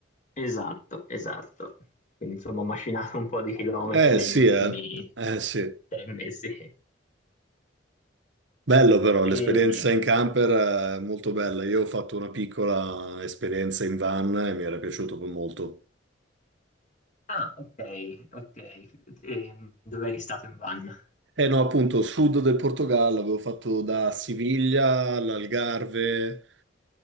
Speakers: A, on the left; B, on the right.
A: esatto, esatto. Quindi insomma ho macinato un po' di chilometri
B: Eh
A: negli
B: sì,
A: ultimi
B: eh. Eh sì.
A: tre mesi.
B: Bello però,
A: E-
B: l'esperienza in camper è molto bella. Io ho fatto una piccola esperienza in van e mi era piaciuto molto.
A: Ah, ok, ok. Ehm, dove eri stato in van?
B: Eh no, appunto, sud del Portogallo, avevo fatto da Siviglia all'Algarve,